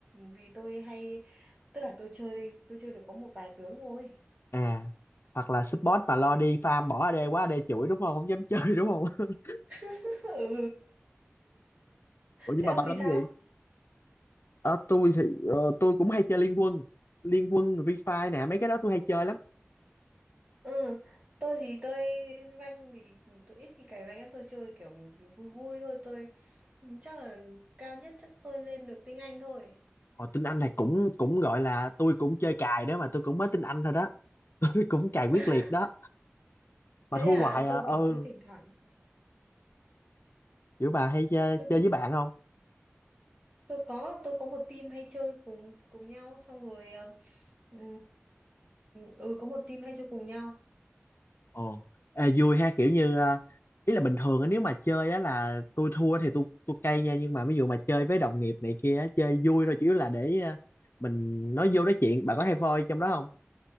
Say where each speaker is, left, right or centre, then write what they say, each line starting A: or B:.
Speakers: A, on the right; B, on the left.
A: vì tôi hay tức là tôi chơi tôi chơi được có một vài tướng thôi
B: à hoặc là support mà lo đi farm bỏ AD quá AD chửi đúng không? Không dám chơi đúng không? <laughs>
A: <laughs> ừ
B: Ủa nhưng
A: thế
B: mà
A: ông
B: bà đánh
A: thì sao
B: gì? Ờ tôi thì ờ, tôi cũng hay chơi Liên Quân. Liên Quân, Refi nè mấy cái đó tôi hay chơi lắm.
A: Ừ, tôi thì tôi rank thì tôi ít khi cày rank lắm, tôi chơi kiểu vui vui thôi, tôi chắc là cao nhất chắc tôi lên được tinh Anh thôi.
B: Ồ, tiếng Anh này cũng cũng gọi là tôi cũng chơi cài đó mà tôi cũng mới tiếng Anh thôi đó <laughs> tôi cũng cài quyết
A: <laughs>
B: liệt đó mà
A: Thế
B: thua
A: à,
B: hoài
A: tôi
B: à ừ
A: kiểu tôi thỉnh thoảng,
B: kiểu bà hay chơi,
A: tôi
B: chơi
A: kiểu
B: với bạn không
A: tôi có tôi có một team hay chơi cùng cùng nhau xong rồi ờ, ừm, ừ có một team hay chơi cùng nhau.
B: ồ Ê, vui ha kiểu như à, ý là bình thường á nếu mà chơi á là tôi thua thì tôi tôi cay nha nhưng mà ví dụ mà chơi với đồng nghiệp này kia á, chơi vui thôi chủ yếu là để à, mình nói vô nói chuyện bạn có hay voi trong đó không